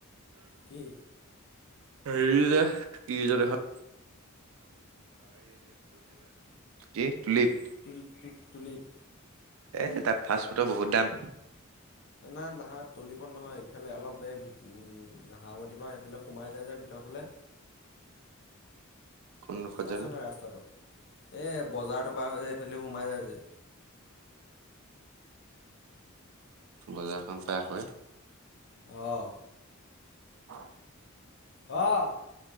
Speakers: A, on the left (about 55°); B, on the right (about 75°).
A: কি?
B: হেৰি যে কি ৰিজৰ্ট এইখন <unintelligible> <unintelligible>
A: তুল তুলিব
B: এ তাত ফাষ্টফুডৰ বহুত দাম
A: নাই নহয় তুলিবত নহয় ইফালে অলপ ভিত হামতিৰ পৰা সেইফালে সোমাই যায় যে ভিতৰফালে
B: কোনডোখৰত
A: চাইছ
B: জানো
A: নাই ৰাস্তাটো এই বজাৰটো পাৰ হৈ যে এইফালেদি সোমাই যায় যে
B: বজাৰখন পাৰ হয়
A: অ'
B: <inaudible>
A: অ'